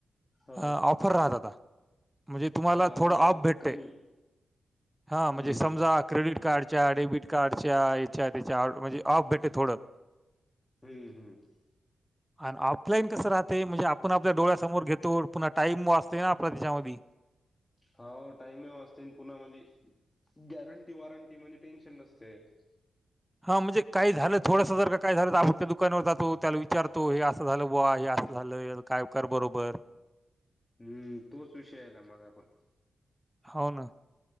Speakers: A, on the left; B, in the centre.
A: हा
B: अह ऑफर राहत आता म्हणजे तुम्हाला
A: हा
B: थोडं
A: ऑनलाईन
B: ऑफ
A: मध्ये
B: भेटतय.
A: कमी
B: हा म्हणजे
A: हम्म
B: समजा
A: हम्म
B: क्रेडिट कार्डच्या डेबिट कार्डच्या याच्या त्याच्या म्हणजे ऑफ भेटते थोडं.
A: हम्म हम्म.
B: आणि ऑफलाईन कसं राहते म्हणजे आपण आपल्या डोळ्यासमोर घेतो पुन्हा टाईम वाचत ना आपल त्याचामधी
A: हाव टाईम ही वाचते अन् पुन्हा म्हणजे गॅरंटी वॉरंटी म्हणजे टेन्शन नसतयं.
B: हा म्हणजे काही झालं थोडंसं जर काय झालं तर आपण त्या दुकानावर जातो, त्याला विचारतो हे असं झालं बुवा हे असं झालं काय कर बरोबर
A: हम्म तोच विषय आलाय माझा पण
B: हो ना.